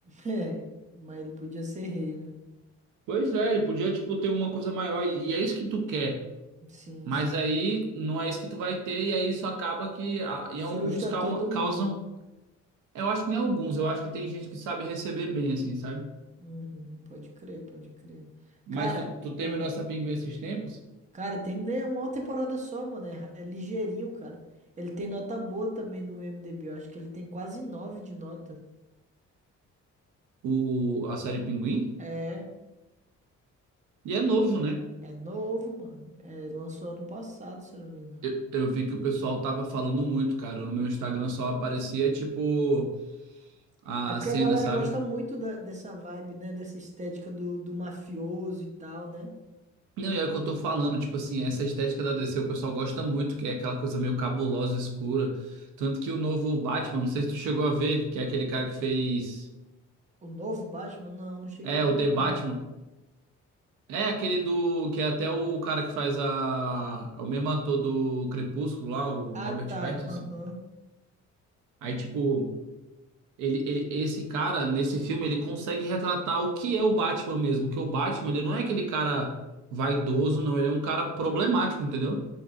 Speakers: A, on the right; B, on the right.
A: É, mas ele podia ser rei, né?
B: Pois é, ele podia, tipo, ter uma coisa maior e, e é isso que tu quer.
A: Sim,
B: Mas
A: sim,
B: aí
A: sim.
B: não é isso que tu vai ter e aí isso acaba que a- em
A: Frustra
B: alguns calma-
A: todo
B: causam...
A: mundo.
B: Eu acho que nem alguns, eu acho que tem gente que sabe receber bem, assim, sabe?
A: Uhum, pode crer, pode crer.
B: Mas
A: Cara,
B: tu, tu terminou
A: ah,
B: essa Pinguim esses tempos?
A: cara, terminei uma temporada só, mano. É, ra- é ligeirinho, cara. Ele tem nota boa também no IMDb. Eu acho que ele tem quase 9 de nota.
B: O, a série Pinguim?
A: É,
B: E é novo, né?
A: é novo, mano. É, lançou ano passado, se eu não me engano.
B: Eu, eu vi que o pessoal tava falando muito, cara. No meu Instagram só aparecia, tipo, a
A: É porque
B: cena,
A: a galera
B: sabe?
A: gosta muito da- dessa vibe, né? Dessa estética do, do mafioso e tal, né?
B: Não, e é o que eu tô falando, tipo assim, essa estética da DC o pessoal gosta muito, que é aquela coisa meio cabulosa, escura. Tanto que o novo Batman, não sei se tu chegou a ver, que é aquele cara que fez.
A: O novo Batman, não, não cheguei
B: É,
A: a ver,
B: o The
A: não.
B: Batman. É aquele do. Que é até o cara que faz a. é O mesmo ator do Crepúsculo lá, o
A: Ah,
B: Robert
A: tá.
B: Pattinson.
A: Aham.
B: Aí, tipo, Ele, ele, esse cara, nesse filme, ele consegue retratar o que é o Batman mesmo. Que o Batman, ele não é aquele cara vaidoso, não. Ele é um cara problemático, entendeu?